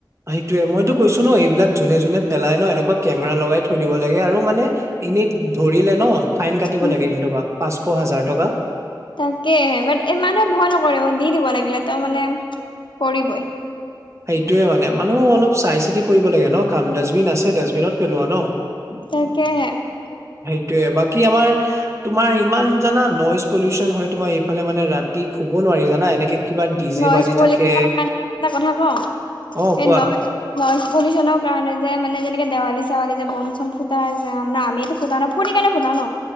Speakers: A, on the right; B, on the left.
A: সেইটোয়ে মইতো কৈছো ন এইবিলাক যোনে যোনে পেলাই ন এনেকুৱা কেমেৰা লগাই থৈ দিব লাগে আৰু মানে এনে ধৰিলে ন ফাইন কাটিব
B: উম,
A: লাগে ইহঁতৰ পা শ হাজাৰ টকা
B: তাকে ব এই মানুহে ভয় নকৰে দি দিব লাগিলে তো মানে কৰিবই
A: সেইটোয়ে মানে মানুহ অলপ চাই চিতি কৰিব লাগে ন কাম ডাষ্টবিন আছে ডাষ্টবিনত পেলোৱা ন
B: তাকেহে
A: সেইটোয়ে বাকী আমাৰ তোমাৰ ইমান জানা নইজ পলিউচন হয় তোমাৰ এইফালে মানে ৰাতি শুব নোৱাৰি জানা এনেকে। কিবা ডিজে
B: নইজ
A: বাজি
B: পলিউচনৰ
A: থাকে
B: কাৰণে এটা কথা কওঁ
A: অ
B: এই
A: কোৱা
B: নইজ নইজ পলিউচনৰ কাৰণে যে মানে যেনেকে দেৱালী চেৱালী যে বম চম ফুটাই যে আমিতো ফুটা ন ফূৰ্তি কেনে ফুটাও ন